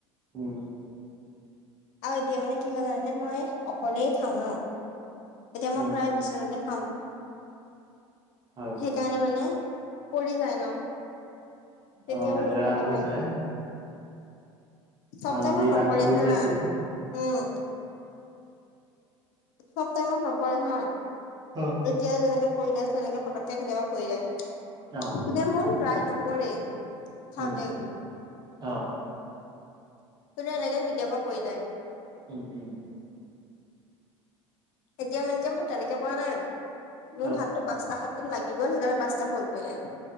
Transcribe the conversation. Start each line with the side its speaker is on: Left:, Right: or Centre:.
Right: উম।
Left: আৰু এতিয়া মানে কি হয় জানা নে মই অকলেই খাওঁ ন, এতিয়া
Right: উম,
Left: মই প্ৰায় বিচনাতে খাওঁ।
Right: হয়
Left: সেইকাৰণে মানে পৰি যায় ন, তেতিয়াওঁ
Right: অ, লেতেৰা
Left: নুধুৱাকে
Right: হৈ
Left: ভাল
Right: যায়
Left: চব
Right: হালধিৰ
Left: টাইমত নপৰে
Right: দাগ বহি
Left: হা,
Right: যায় চাগে।
Left: উম'। চব টাইমত নপৰে হা।
Right: অ'হ।
Left: এতিয়া যেনেকে পৰিলে, তেনেকে পতককে কেতিয়াবা পৰি যায়।
Right: অ।
Left: এতিয়া মই প্ৰায় নপৰে খাওঁতে
Right: উম,
Left: একো।
Right: অ।
Left: কিন্তু এনেকে কেতিয়াবা পৰি যায়।
Right: উম-উম।
Left: এতিয়া মেনকে মোৰ তেনেকে পৰা নাই, মোৰ
Right: অ,
Left: হাততো পাঁচটা হাত। তুমি লাগি গ'ল, সেইকাৰণে পাঁচটা হৈ পৰিলে।